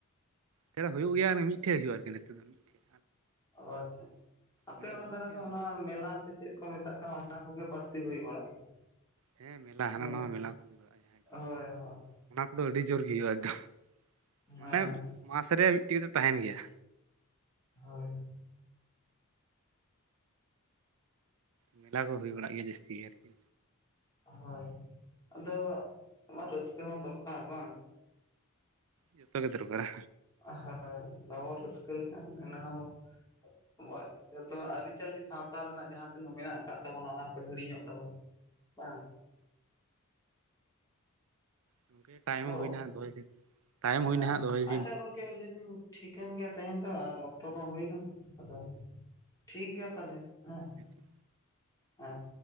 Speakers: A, on the right (about 70°); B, on the left (about 15°).
A: <unintelligible> ᱦᱩᱭᱩᱜ ᱜᱮᱭᱟ ᱢᱤᱫᱴᱷᱮᱱ ᱦᱩᱭᱩᱜᱼᱟ ᱟᱨᱠᱤ ᱱᱤᱛ ᱫᱚ ᱢᱤᱫᱴᱷᱮᱱ
B: ᱚ ᱟᱪᱪᱷᱟ ᱟᱯᱮ
A: ᱚᱸᱰᱮ
B: ᱚᱱᱟ ᱫᱷᱟᱨᱮ
A: ᱢᱤᱫᱴᱷᱮᱡ
B: ᱫᱚ
A: ᱦᱩᱭ
B: ᱚᱱᱟ
A: ᱵᱟᱲᱟᱜᱼᱟ
B: ᱢᱮᱞᱟ ᱥᱮ ᱪᱮᱫ ᱠᱚ ᱢᱮᱛᱟᱜ ᱠᱟᱱᱟ ᱚᱱᱟ ᱠᱚᱜᱮ ᱵᱟᱹᱲᱛᱤ ᱦᱩᱭ ᱵᱟᱲᱟᱜ ᱜᱮᱭᱟ᱾
A: ᱦᱮᱸ ᱢᱮᱞᱟ ᱦᱟᱱᱟ
B: ᱦᱮᱸ
A: ᱱᱟ ᱢᱮᱞᱟ ᱠᱚ ᱦᱩᱭᱩᱜᱼᱟ ᱡᱟᱦᱟᱸ ᱫᱚ
B: ᱦᱳᱭ ᱦᱳᱭ
A: ᱚᱱᱟ ᱠᱚᱫᱚ ᱟᱹᱰᱤ ᱡᱳᱨ ᱜᱮ ᱦᱩᱭᱩᱜᱼᱟ᱾ ᱢᱟᱱᱮ
B: ᱦᱮᱸ
A: ᱢᱟᱥ ᱨᱮ ᱢᱤᱫᱴᱤᱡ ᱠᱟᱛᱮ ᱛᱟᱦᱮᱱ ᱜᱮᱭᱟ᱾
B: ᱦᱳᱭ
A: ᱢᱮᱞᱟ ᱠᱚ ᱦᱩᱭ ᱵᱟᱲᱟᱜ ᱜᱮᱭᱟ ᱡᱟᱹᱥᱛᱤ ᱟᱨᱠᱤ
B: ᱦᱳᱭ ᱟᱫᱚ ᱟᱢᱟᱜ ᱨᱟᱹᱥᱠᱟᱹ ᱦᱚᱸ ᱫᱚᱨᱠᱟᱨ ᱵᱟᱝ
A: ᱡᱚᱛᱚ ᱜᱮ ᱫᱚᱨᱠᱟᱨᱟ
B: ᱦᱮᱸ <unintelligible> ᱨᱟᱹᱥᱠᱟᱹ ᱞᱮᱠᱟ ᱮ ᱦᱚᱸ ᱟᱵᱚᱣᱟᱜ ᱡᱚᱛᱚ ᱟᱹᱨᱤᱪᱟᱹᱞᱤ ᱥᱟᱶᱛᱟ ᱨᱮᱱᱟᱜ ᱡᱟᱦᱟᱸ ᱛᱤᱱᱟᱹᱜ ᱢᱮᱱᱟᱜ-ᱟ ᱠᱟᱜ ᱛᱟᱵᱚᱱᱟ ᱚᱱᱟ ᱠᱚ ᱦᱤᱲᱤᱧᱚᱜ ᱛᱟᱵᱚ ᱵᱟᱝ
A: ᱜᱚᱝᱠᱮ ᱴᱟᱭᱤᱢ
B: ᱦᱮᱞᱳ
A: ᱦᱩᱭᱱᱟ ᱫᱚᱦᱚᱭ ᱵᱤᱱ ᱴᱟᱭᱤᱢ
B: ᱦᱮᱸ
A: ᱦᱩᱭᱱᱟ ᱦᱟᱸᱜ ᱫᱚᱦᱚᱭ ᱵᱤᱱ
B: ᱟᱪᱪᱷᱟ ᱜᱚᱝᱠᱮ ᱞᱟᱹᱭᱫᱟᱹᱧ ᱴᱷᱤᱠᱟᱹᱱ ᱜᱮᱭᱟ ᱛᱮᱦᱮᱧ ᱫᱚ ᱟᱨ ᱚᱠᱛᱚ ᱠᱚ ᱦᱩᱭᱱᱟ ᱟᱫᱚ ᱴᱷᱤᱠ ᱜᱮᱭᱟ ᱛᱟᱦᱚᱞᱮ ᱦᱮᱸ
A: ᱟᱪᱪᱷᱟ
B: ᱦᱮᱸ